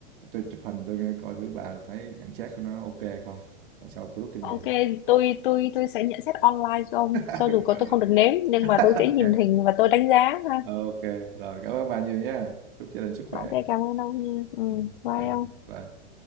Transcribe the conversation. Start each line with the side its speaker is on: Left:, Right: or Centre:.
Right: tôi chụp hình tôi coi thử bà thấy nhận xét của nó ok hay không. Rồi sau tôi rút kinh
Left: ok
Right: nghiệm.
Left: tôi tôi tôi sẽ nhận xét online cho ông
Right: <laughs>
Left: cho dù có tôi không được nếm nhưng mà tôi
Right: Ok.
Left: sẽ nhìn hình và tôi đánh giá ha
Right: Ờ, ok, rồi cảm ơn bà nhiều nha. Chúc gia đình sức khỏe.
Left: ok cảm ơn ông nha ừ
Right: Ừ.
Left: bye
Right: Rồi,
Left: ông
Right: Bye.